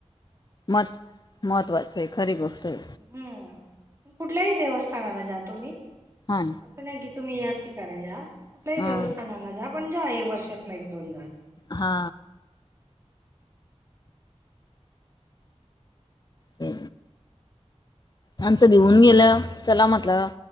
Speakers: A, on the left; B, on the right.
A: मत् महत्त्वाचं आहे खरी गोष्ट आहे.
B: हम्म कुठल्याही देवस्थानाला जातो मी
A: हा
B: असं नाही कि तुम्ही याच ठिकाणी जा कुठल्याही
A: हा
B: देवस्थानाला जा पण जा आहे वर्षात दोनदा
A: हा हो आमचं भिऊन
B: हो
A: गेलं चला म्हटलं